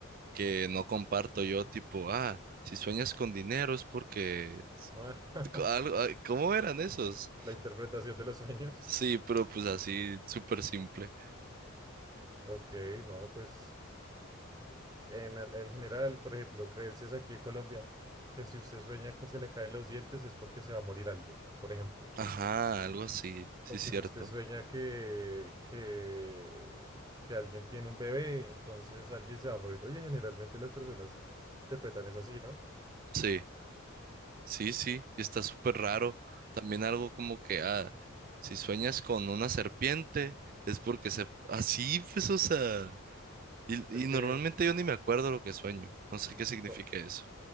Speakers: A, on the right; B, on the right.
A: que no comparto yo, tipo, ah, si sueñas con dinero es porque
B: <laughs>
A: algo, ah, ¿cómo eran esos?
B: La interpretación de los sueños.
A: Sí, pero pues así, súper simple.
B: Ok, no, pues en, al- en general, por ejemplo, creencias aquí en Colombia, que si usted sueña que se le caen los dientes es porque se va a morir alguien, por ejemplo.
A: Ajá, algo así, sí,
B: O
A: cierto.
B: que si usted sueña que, que, que alguien tiene un bebé, entonces alguien se va a morir. Oye, generalmente las personas interpretan eso así, ¿no?
A: Sí, sí, sí, y está súper raro. También algo como que, ah, si sueñas con una serpiente es porque se... Así, pues, o sea, y,
B: Es
A: y
B: que
A: normalmente yo ni me acuerdo lo que sueño, no sé qué significa
B: to-
A: eso.